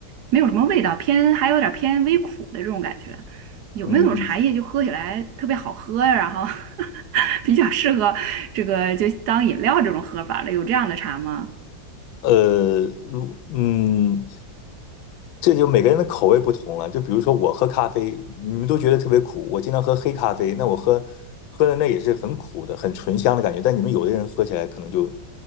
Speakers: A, on the right (about 65°); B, on the left (about 85°).
A: 没有什么味道，偏还有点儿偏微苦的这种感觉。有没有那种茶叶就喝起来特别好喝呀，
B: 嗯，
A: 然后 <laughs> 比较适合这个就当饮料这种喝法的，有这样的茶吗？
B: 呃，如嗯，这就每个人的口味不同了。就比如说我喝咖啡，你们都觉得特别苦，我经常喝黑咖啡，那我喝喝的那也是很苦的，很醇香的感觉。但你们有的人喝起来可能就